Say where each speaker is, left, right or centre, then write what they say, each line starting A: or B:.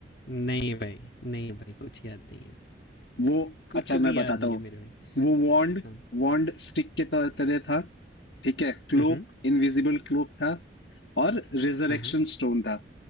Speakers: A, on the left; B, on the left.
A: नहीं भाई, नहीं भाई कुछ याद नहीं है।
B: वो
A: कुछ
B: अच्छा मैं
A: भी
B: बताता
A: याद नहीं
B: हूँ
A: है मेरे भाई।
B: वो वॉन्ड
A: हाँ।
B: वॉन्ड स्टिक के तर- तरह था ठीक है क्लोक
A: हुँ, हुँ।
B: इनविजिबल क्लोक था और रिजरेक्शन
A: हाँ, हाँ।
B: स्टोन था